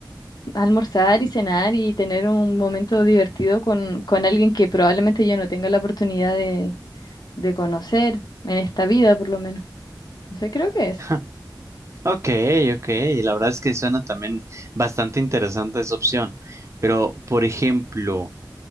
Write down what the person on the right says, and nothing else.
<laughs> Ok, ok, y la verdad es que suena también bastante interesante esa opción. Pero, por ejemplo,